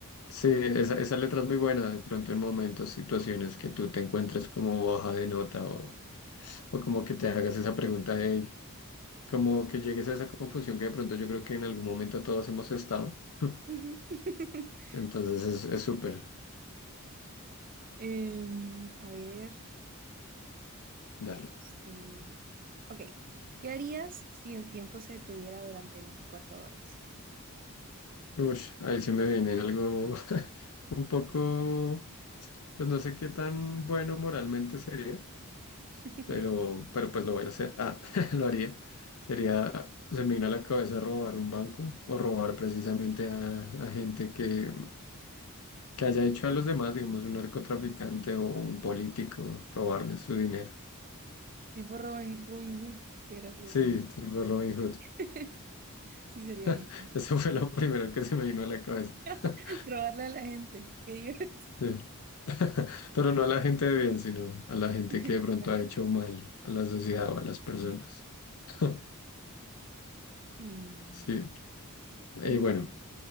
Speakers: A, on the left; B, on the right.
A: Sí, esa, esa letra es muy buena. De pronto en momentos, situaciones que tú te encuentres como baja de nota o O como que te hagas esa pregunta de, como que llegues a esa confusión que de pronto yo creo que en algún momento todos hemos estado. <laughs>
B: Ujú. <laughs>
A: Entonces es, es súper.
B: Em, a ver,
A: Dale.
B: este... Ok, ¿qué harías si el tiempo se detuviera durante 24 horas?
A: Uy, ahí se me viene algo <laughs> un poco, pues no sé qué tan bueno moralmente sería,
B: <laughs>
A: pero, pero pues lo voy a hacer. Ah, <laughs> lo haría. Sería, se me vino a la cabeza robar un banco o robar precisamente a, a gente que, que haya hecho a los demás, digamos, un narcotraficante o un político, robarles su dinero.
B: Tipo Robin, Robin Hood, qué gracioso.
A: Sí, tipo Robin Hood.
B: <laughs> Sí sería genial.
A: <laughs> Eso fue lo primero que se me vino a la cabeza.
B: <laughs>
A: <laughs>
B: Robarle a la gente, qué divertido.
A: Sí. <laughs> Pero no a la gente de bien, sino a la gente
B: <laughs>
A: que de pronto ha hecho mal a la sociedad o a las personas. <laughs>
B: Em,
A: Sí. Eh,
B: sí,
A: bueno,